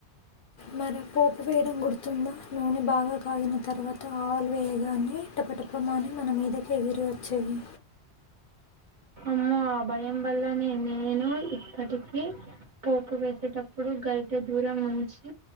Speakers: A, on the left; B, on the right.
A: మర పోప్ వేడంగుర్ తుందా నూనె బాగా కాగిన తర్వాత ఆల్ వేయగానే టపటప మని మన మీదకి ఎగిరి వచ్చేది
B: అమ్మో ఆ భయం వల్లనే నేను ఇప్పటికి పోపు వేసేటప్పుడు గరిట దూరం ఉంచి